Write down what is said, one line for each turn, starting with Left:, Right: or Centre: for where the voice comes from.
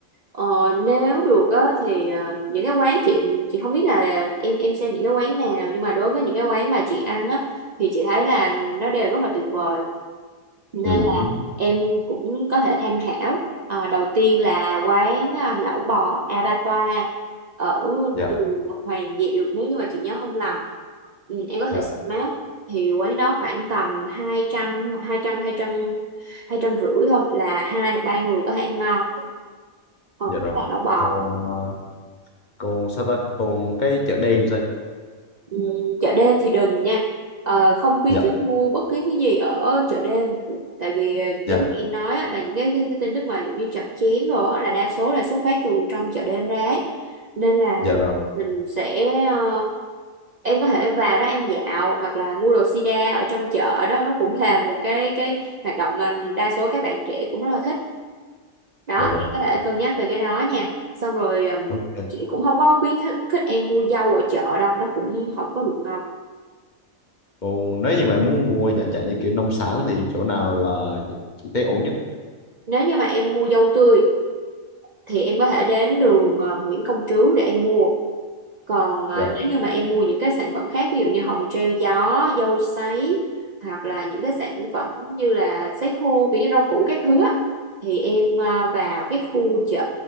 Right: Ờ, nếu được á, thì ờ, những cái quán chị chị không biết là em em xem những cái quán nào nhưng mà đối với những cái quán mà chị ăn á thì chị thấy là nó đều rất là tuyệt vời nên
Left: ừ
Right: là
Left: ừ,
Right: em cũng có thể tham khảo Ờ, đầu tiên là quán à, lẩu bò A Ba Toa ở
Left: dạ
Right: đường Hoàng Diệu nếu như mà chị nhớ không lầm ừ, em có thể
Left: dạ
Right: map thì quán đó khoảng tầm hai hai hai trăm trăm trăm hai trăm rưỡi thôi là hai ba người có thể ăn no Ờ, đó
Left: dạ rồi
Right: là lẩu bò
Left: còn ờ, còn sao ta còn cái chợ đêm sao chị
Right: Ừ, chợ đêm thì đừng nha Ờ, không khuyến
Left: dạ
Right: khích mua bất cứ thứ gì ở chợ đêm tại vì ờ,
Left: dạ
Right: giống như em nói á, là những cái, cái tin tức mà giống như chặt chém đồ á, là đa số là xuất phát từ trong chợ đêm ra ấy. nên là
Left: dạ rồi
Right: mình sẽ ờ, em có thể vào đó ăn dạo hoặc là mua đồ sida ở trong chợ đó nó cũng là một cái cái hoạt động mà đa số các bạn trẻ cũng rất là thích đó
Left: dạ rồi
Right: em có thể cân nhắc về cái đó nha xong rồi ừm,
Left: ok
Right: chị cũng không có khuyến khích khích em mua dâu ở chợ đâu nó cũng không có được ngon
Left: còn nếu như mà em muốn mua dạng dạng như kiểu nông sản thì chỗ nào là chị, chị thấy ổn nhất
Right: Nếu như mà em mua dâu tươi thì em có thể đến đường ờ, Nguyễn Công Trứ để em mua. Còn à,
Left: dạ
Right: nếu như mà em mua những cái sản phẩm khác ví dụ như hồng treo gió, dâu sấy hoặc là những cái sản phẩm như là sấy khô kiểu như rau củ các thứ á, thì em à, vào cái khu chợ